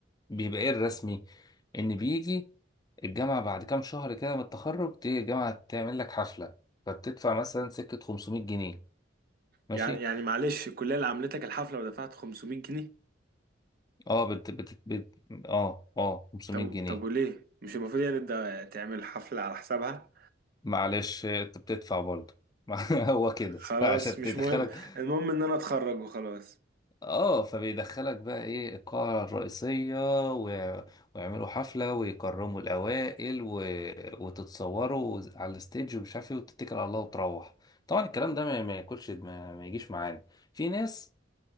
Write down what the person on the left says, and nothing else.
بيبقى ايه الرسمي ان بيجي الجامعة بعد كام شهر كده من التخرج تيجي الجامعة تعمل لك حفلة فبتدفع مثلا سكة 500 جنيه ماشي
اه بت... بت... بت... اه اه 500
جنيه
معلش انت بتدفع برضه <laughs> هو كده
عشان
تدخلك
اه فبيدخلك بقى ايه القاعة الرئيسية و... ويعملوا حفلة ويكرموا الأوائل و... وتتصوروا على الستيج ومش عارف ايه وتتكل على الله وتروح طبعا الكلام ده ما, ما ياكلش ما... ما يجيش معانا في ناس